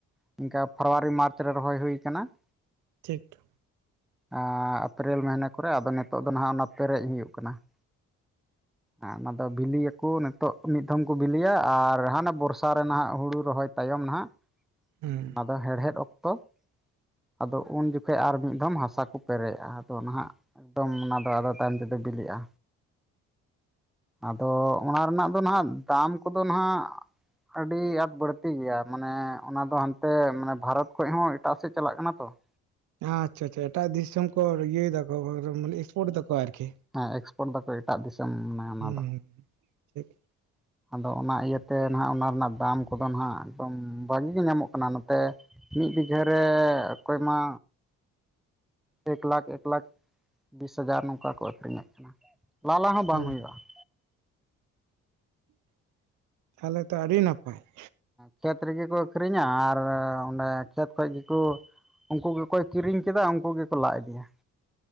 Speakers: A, in the centre; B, on the right (about 75°).
A: ᱯᱷᱮᱵᱽᱨᱩᱣᱟᱨᱤ ᱢᱟᱨᱪ ᱨᱮ ᱨᱚᱦᱚᱭ ᱦᱩᱭ ᱠᱟᱱᱟ ᱾
B: ᱴᱷᱤᱠ
A: ᱟ ᱟᱯᱨᱮᱞ ᱢᱟᱹᱭᱱᱟ ᱠᱚᱨᱮ ᱟᱫᱚ ᱱᱤᱛᱚᱜ ᱫᱚ ᱱᱟᱦᱟᱜ ᱱᱚᱛᱮ ᱯᱨᱮᱡ ᱦᱩᱭᱩᱜ ᱠᱟᱱᱟ ᱾ ᱟ ᱚᱱᱟᱫᱚ ᱵᱤᱞᱤᱭᱟᱠᱚ ᱱᱤᱛᱚᱜ ᱾ ᱢᱤᱫ ᱫᱷᱚᱢ ᱠᱚ ᱵᱤᱞᱤᱭᱟ ᱟᱨ ᱦᱟᱱᱟ ᱵᱚᱨᱥᱟ ᱨᱮᱱᱟᱜ ᱦᱩᱲᱩ ᱨᱚᱦᱚᱭ ᱛᱟᱭᱚᱢ ᱱᱟᱦᱟᱜ ᱾
B: ᱦᱩᱸ
A: ᱚᱱᱟ ᱫᱚ ᱦᱮᱲᱦᱮᱫ ᱚᱠᱛᱚ ᱾ ᱟᱫᱚ ᱩᱱ ᱡᱚᱠᱷᱚᱭ ᱟᱨ ᱢᱤᱫ ᱫᱚᱢ ᱦᱟᱥᱟ ᱠᱚ ᱯᱮᱨᱮᱜᱼᱟ ᱟᱫᱚ ᱱᱟᱦᱟᱜ ᱾ ᱮᱠᱫᱚᱢ ᱚᱱᱟ ᱫᱚ ᱟᱫᱚ ᱛᱟᱭᱚᱢ ᱛᱮᱫᱚ ᱵᱤᱞᱤᱜᱼᱟ, ᱟᱫᱚ ᱚᱱᱟ ᱨᱮᱱᱟᱜ ᱫᱚ ᱱᱟᱦᱟᱜ ᱫᱟᱢ ᱠᱚᱫᱚ ᱱᱟᱦᱟᱜ ᱾ ᱟᱹᱰᱤ ᱟᱸᱴ ᱵᱟᱹᱲᱛᱤ ᱜᱮᱭᱟ ᱢᱟᱱᱮ ᱚᱱᱟ ᱫᱚ ᱦᱟᱱᱛᱮ ᱢᱟᱱᱮ ᱵᱷᱟᱨᱚᱛ ᱠᱷᱚᱱ ᱦᱚ ᱮᱴᱟᱜ ᱥᱮᱫ ᱪᱟᱞᱟᱜ ᱠᱟᱱᱟ ᱛᱚ ᱾
B: ᱟᱪᱪᱷᱟ ᱟᱪᱪᱷᱟ ᱮᱴᱟᱜ ᱫᱤᱥᱚᱢ ᱠᱚ ᱤᱭᱟᱹᱭ ᱫᱟ ᱾ ᱦᱳ ᱦᱳᱭ ᱦᱳᱭ ᱢᱟᱱᱮ ᱤᱥᱯᱳᱴ ᱫᱟᱠᱚ ᱟᱨᱠᱤ
A: ᱦᱮᱸ ᱮᱠᱥᱯᱳᱨᱴ ᱫᱟᱠᱚ ᱮᱴᱟᱜ ᱫᱤᱥᱚᱢ ᱢᱟᱱᱮ ᱚᱱᱟ
B: ᱩᱸ
A: ᱫᱚ
B: ᱾ ᱴᱷᱤᱠ
A: <inaudible> ᱟᱫᱚ ᱚᱱᱟ ᱤᱭᱟᱹᱛᱮ ᱱᱟᱦᱟᱜ ᱚᱱᱟ ᱨᱮᱱᱟᱜ ᱫᱟᱢ ᱠᱚᱫᱚ ᱱᱟᱦᱟᱜ ᱵᱷᱟᱜᱤ ᱜᱮ ᱧᱟᱢᱚᱜ ᱠᱟᱱᱟ ᱱᱚᱛᱮ ᱾ ᱢᱤᱫ ᱵᱤᱜᱷᱟᱹ ᱨᱮ ᱚᱠᱚᱭ ᱢᱟ ᱮᱠ ᱞᱟᱠᱷ ᱮᱠ ᱞᱟᱠᱷ ᱾ ᱵᱤᱥ ᱦᱟᱡᱟᱨ ᱱᱚᱝᱠᱟ ᱠᱚ ᱟᱹᱠᱷᱨᱤᱧᱮᱫ ᱠᱟᱱᱟ ᱞᱟᱞᱟ ᱦᱚᱸ ᱵᱟᱝ
B: ᱛᱟᱦᱚᱞᱮ
A: ᱦᱩᱭᱩᱜᱼᱟ ᱾
B: ᱛᱟᱦᱚᱞᱮ ᱛᱚ ᱟᱹᱰᱤ ᱱᱟᱯᱟᱭ ᱾
A: ᱠᱷᱮᱛ ᱨᱮᱜᱮ ᱠᱚ ᱟᱹᱷᱨᱤᱧᱟ ᱟᱨ ᱚᱱᱰᱮ ᱠᱷᱮᱛ ᱠᱷᱚᱡ ᱜᱮᱠᱩ᱾ ᱩᱱᱠᱩ ᱜᱮᱠᱚ ᱠᱤᱨᱤᱧ ᱠᱮᱫᱟ ᱩᱱᱠᱩ ᱜᱮᱠᱚ ᱞᱟ ᱤᱫᱤᱭᱟ ᱾